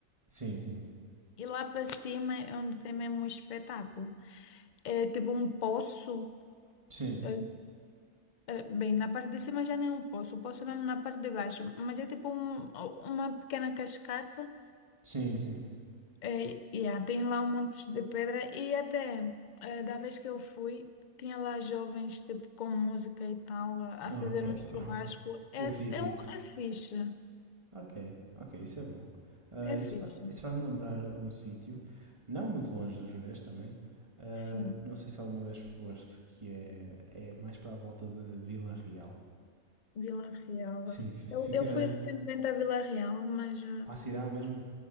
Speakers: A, on the right (about 20°); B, on the left (about 50°).
A: Sim, sim.
B: E lá para cima é onde tem mesmo um espetáculo. É tipo um poço.
A: Sim,
B: é- é, bem, na parte de cima já nem é um poço, o poço é mesmo na parte de baixo. Mas é tipo um- uma pequena cascata.
A: sim, sim.
B: É, e há- tem lá um monte de pedra. E até é, da vez que eu fui, tinha lá jovens tipo com música e tal, a
A: Ok.
B: fazer um churrasco. É,
A: O
B: f-
A: típico.
B: é, um- é fixe.
A: Ok, ok, isso é bom. Ah,
B: É
A: isso
B: fixe.
A: fa- isso faz-me lembrar um sítio, não muito longe do Jerez também. ah,
B: Sim,
A: não sei se alguma vez foste, que é, é mais para a volta de Vila Real.
B: Vila Real.
A: Sim, fi- fica
B: Eu, eu fui recentemente à Vila Real, mas. eh,
A: à cidade mesmo?